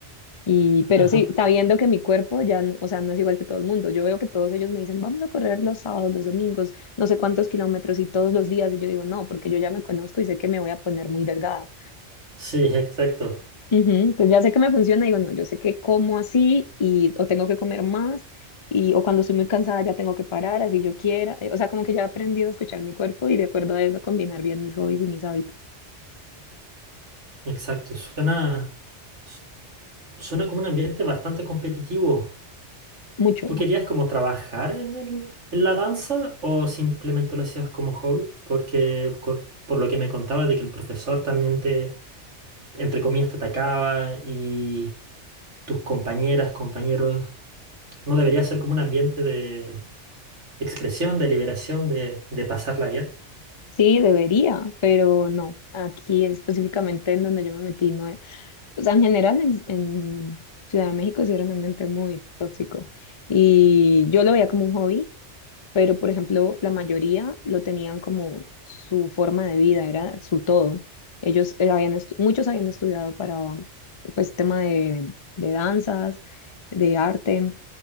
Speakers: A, on the left; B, on the right.
A: Y, pero
B: Ajá.
A: sí, sabiendo que mi cuerpo ya, no- o sea, no es igual que todo el mundo. Yo veo que todos ellos me dicen, vamos a correr los sábados, los domingos, no sé cuántos kilómetros y todos los días. Y yo digo, no, porque yo ya me conozco y sé que me voy a poner muy delgada.
B: Sí, exacto,
A: Ujú, Entonces ya sé que me funciona, digo, no, yo sé que como así y o tengo que comer más y o cuando estoy muy cansada ya tengo que parar, así yo quiera. Eh, O sea, como que ya he aprendido a escuchar mi cuerpo y de acuerdo a eso combinar bien mis hobbies y mis hábitos.
B: exacto. Suena, su- suena como un ambiente bastante competitivo.
A: Mucho.
B: ¿Tú querías como trabajar en el, en la danza o simplemente lo hacías como hobby? Porque cor- por, lo que me contabas de que el profesor también te, entre comillas, te atacaba y tus compañeras, compañeros, ¿no debería ser como un ambiente de expresión, de liberación, de, de pasarla bien?
A: Sí, debería, pero no. Aquí específicamente en donde yo me metí no, O sea, en general en, en Ciudad de México sí era un ambiente muy tóxico y yo lo veía como un hobby, pero por ejemplo la mayoría lo tenían como su forma de vida, era su todo. Ellos eh, habían estu- muchos habían estudiado para pues tema de, de danzas, de arte,